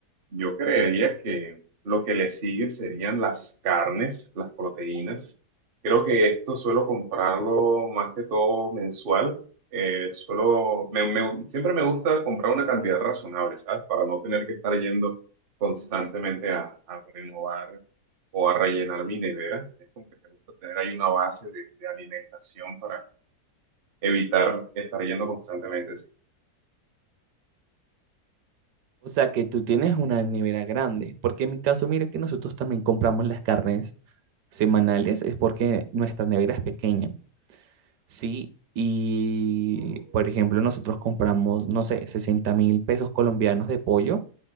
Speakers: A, on the right; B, on the right.
A: Yo creería que lo que le sigue serían las carnes, las proteínas. Creo que esto suelo comprarlo más que todo mensual. Eh, suelo, me- me- siempre me gusta comprar una cantidad razonable, ¿sabes? Para no tener que estar yendo constantemente a, a renovar o a rellenar mi nevera. Es como que me gusta tener ahí una base de, de alimentación para evitar estar yendo constantemente.
B: O sea que tú tienes una nevera grande, porque en mi caso, mira que nosotros también compramos las carnes semanales, es porque nuestra nevera es pequeña, ¿sí? Y, por ejemplo, nosotros compramos, no sé, sesenta mil pesos colombianos de pollo